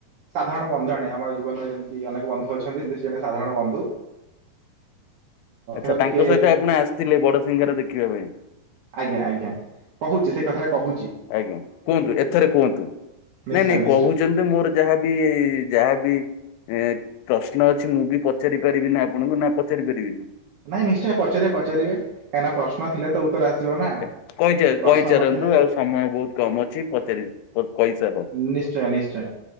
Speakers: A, on the right; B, on the left.
A: ସାଧାରଣ ବନ୍ଧୁ ଜଣେ ଆମ ଜୀବନରେ ଯେମିତି ଅନେକ ବନ୍ଧୁ ଅଛନ୍ତି ସେମିତି ସେ ଜଣେ ସାଧାରଣ ବନ୍ଧୁ।
B: ଆଚ୍ଛା
A: ତ ଟିକେ
B: ତାଙ୍କ ସହିତ ଆପଣ ଆସିଥିଲେ ବଡ ସିଘାଁର ଦେଖିବା ପାଇଁ?
A: ଆଜ୍ଞା, ଆଜ୍ଞା କହୁଚି ସେଇ କଥାଟା କହୁଚି।
B: ଆଜ୍ଞା କୁହନ୍ତୁ ଏଥରେ କୁହନ୍ତୁ
A: ନିଶ୍ଚୟ
B: ନାଇଁ ନାଇଁ
A: ନିଶ୍ଚୟ
B: କହୁଚନ୍ତି ମୋର ଯାହାବି-ଇ-ଇ-ଇ ଯାହାବି ଏ-ଏ-ଏ ପ୍ରଶ୍ନ ଅଛି ମୁଁ ବି ପଚାରି ପାରିବି ନା ଆପଣଙ୍କୁ ନା ପଚାରି ପାରିବିନି?
A: ନାଇଁ ନିଶ୍ଚୟ ପଚାରିବେ ପଚାରିବେ କାଇନା ପ୍ରଶ୍ନ ନ ଥିଲେ ଉ ତର ଆସିବ ନା।
B: କହି ଚା
A: ପ୍ରଶ୍ନ
B: କହି ଚାରନ୍ତୁ
A: ନଥିଲେ
B: ଆଉ ସମୟ ବହୁତ କମ ଅଛି ପଚାରି କ କହିସାରନ୍ତୁ
A: ନିଶ୍ଚୟ, ନିଶ୍ଚୟ